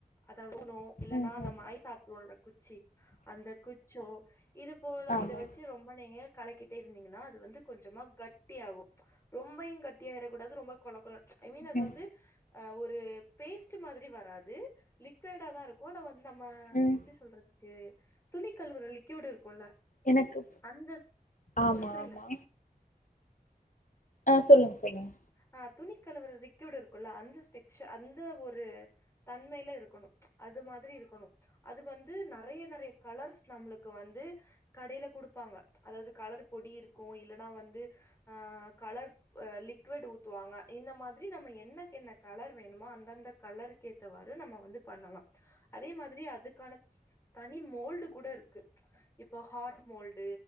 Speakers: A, on the left; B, on the left.
A: அத <unintelligible> இல்லனா
B: ம்
A: நம்ம
B: ம்
A: ஐஸ் சாப்டுவோல குச்சி அந்த குச்சோ இது போல
B: ஆமா
A: இத வெச்சு ரொம்ப நேரோ கலக்கி ட்டே இருந்தீங்கன்னா அது வந்து கொஞ்சமா கட்டியாகு ரொம்பையு கட்டி ஆயிரக்கூடாது ரொம்ப கொல கொல ஐ மீன் அது
B: ம்
A: வந்து ஒரு பேஸ்ட்டு மாதிரி வராது லிக் லிக்விடாதா இருக்கு நம நம்ம
B: ம்
A: எப்டி சொல்றதுக்கு துணி கழுவற லிக்யூடு இருக்குல்ல
B: எனக்கு
A: அந்த
B: ஆமா
A: பு புரில
B: ஆமா ஆ சொல்லுங் சொல்லுங்
A: ஆ துணி கழுவர ரிக்யூடு இருக்குல்ல அந்த ஸ்டெக்சர் அந்த ஒரு தன்மையில இருக்கணு அது மாதிரி இருக்கணு அது வந்து நெறைய நெறைய கலர்ஸ் நம்மளுக்கு வந்து கடையில குடுப்பாங்க அதாவது கலர் பொடி இருக்கு இல்லனா வந்து அ கலர் லிக் க்வேட் ஊத்துவாங்க இந்த மாதிரி நம்ம என்னக்கு என்ன கலர் வேணுமோ அந்தந்த கலருக்கேத் த்தவாரு நம்ம வந்து பண்ணலா அதே மாதிரி அதுக்கானத் தனி மோல்டு கூட இருக்கு இப்போ heart mould